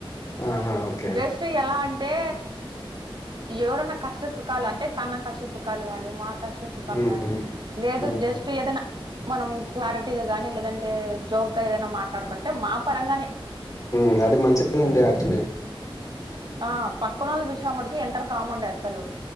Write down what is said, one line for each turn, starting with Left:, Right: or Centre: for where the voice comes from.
Left: ఆహా ఓకే
Right: జస్ట్ ఎలా అంటే ఎవరన్నా కష్ట సుఖాలు అంటే తన కష్ట సు కాలు గానీ, మా కష్ట సుఖాలు
Left: హ్మ్.
Right: గానీ లేదు
Left: హ్మ్.
Right: జస్ట్ ఏదన మనం క్లారిటీగా గానీ లేదంటే జోక్ గా ఏదైనా మాట్లాడుకుంటే మా పరంగానే
Left: ఉ అది మంచిదండి యాక్చులీ
Right: ఆ పక్కనోళ్ళ విషాం మటుకు ఎంటర్ కామండి అ సలు